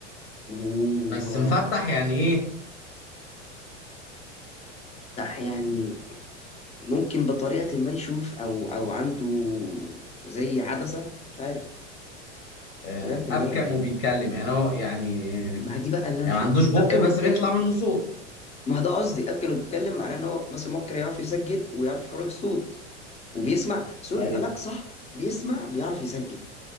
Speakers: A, on the left; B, on the left.
A: ومفتح
B: بس مفتح يعني ايه
A: يعني ممكن بطريقه ما يشوف او او عنده زي عدسه مش عارف
B: آه،
A: بطريقه
B: ابكم
A: ما يعني
B: وبيتكلم يعني هو يعني
A: ما هي دي بقى اللي انا
B: يعني
A: مش
B: ما
A: فاهم
B: عندوش بق
A: اب كانوا
B: بس
A: بيتكلم
B: بيطلع منه صوت
A: ما هو ده قصدي اب كانوا بيتكلم معناه ان هو مثلا ممكن يعرف يسجل ويعرف يخرج صوت وبيسمع سوري
B: ايوه
A: آه، لا صح بيسمع بيعرف يسجل